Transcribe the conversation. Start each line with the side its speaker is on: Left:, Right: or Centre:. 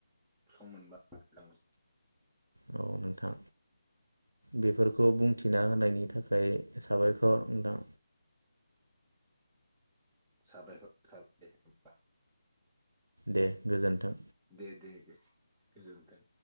Centre: सम मोनबा लांगोन।
Right: औ नोंथां बेफोरखौ बुंथिना होनायनि थाखाय साबायखर नोंथां।
Centre: साबायखर थाबाय होनबा।
Right: दे गोजोन्थों।
Centre: दे दे दे गोजोनथों।